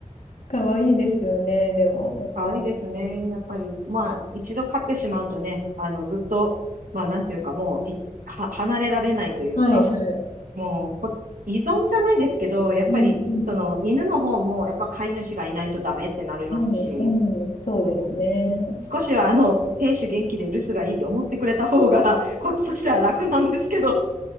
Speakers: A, on the left; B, on the right.
A: かわいいですよね。でも、本当に。
B: 可愛いですね。やっぱり、まあ、一度飼ってしまうとね、あの、ずっと、まあ、なんていうか、もうい、は、離れられないというか、
A: はい、はい。
B: もうこ、依存じゃないですけど、やっぱり、
A: うん、うん、
B: その、犬の方も、やっぱ飼い主がいないとダメってなりますし、
A: うん、うん。そうですね。
B: うん、す少しは、あの、亭主元気で留守がいいって思ってくれた方が、<laughs> こっちとしては楽なんですけど、